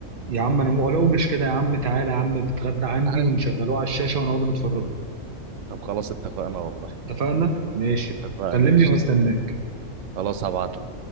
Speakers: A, on the right (about 45°); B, on the right (about 70°).
A: يا عم انا ولو مش كده يا عم تعالى يا عم تتغدى عندي
B: تعال
A: ونشغلوه على الشاشه ونقعد نتفرجوا
B: طب خلاص اتفقنا والله
A: اتفقنا ماشي
B: اتفقنا
A: كلمني
B: قشطة
A: وهستناك
B: خلاص هبعتلك